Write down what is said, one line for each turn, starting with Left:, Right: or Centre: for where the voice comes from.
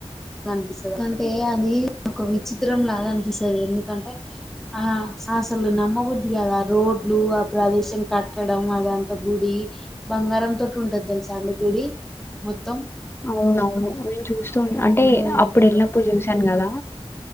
Centre: అనిపిస్తుంది అంటే అది ఒక విచి తిరం లాగ అనిపిస్తుంది ఎందుకంటే ఆ సాసలు నమ్మబుద్ధి కాదు రోడ్లు ఆ ప్రదేశం కట్టడం అదంతా గుడి బంగారం తోటి ఉంటది తెలుసా అండి గుడి మొత్తం
Left: అవునవును నేను చూస అంటే
Centre: ఉమ్,
Left: అప్పుడు వెల్నప్పుడు చూస చన్ కదా